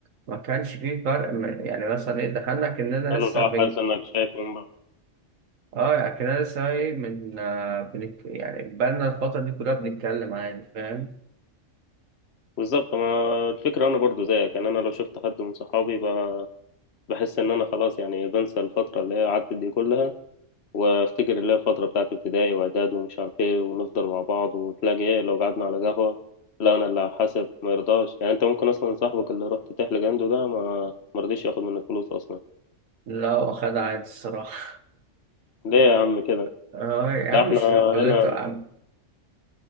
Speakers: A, on the right (about 85°); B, on the left (about 55°).
A: ما كانش فيه فرق م- يعني مثلا إيه دخلنا كأننا
B: قال
A: لسه
B: له آه،
A: بن
B: حاسس إنك شايفه من بعيد.
A: آه يعني كأننا لسه إيه من آه بنك يعني بقالنا الفترة دي كلها بنتكلم عادي فاهم
B: بالظبط ما الفكرة أنا برضو زيك يعني أنا لو شفت حد من صحابي ب- بحس إن أنا خلاص يعني بنسى الفترة اللي هي عدت دي كلها وافتكر اللي هي الفترة بتاعت ابتدائي واعدادي ومش عارف ايه ونفضل مع بعض وتلاقي ايه لو قعدنا على قهوة لا انا اللي هحاسب ما يرضاش يعني انت ممكن اصلا صاحبك اللي رحت تحلق عنده ده ما مرضيش ياخد منك فلوس اصلا
A: لا واخدها عادي الصراحة
B: ليه يا عم كده
A: <laughs> اه يا عم
B: لا احنا
A: مش شغلته
B: هنا
A: يا عم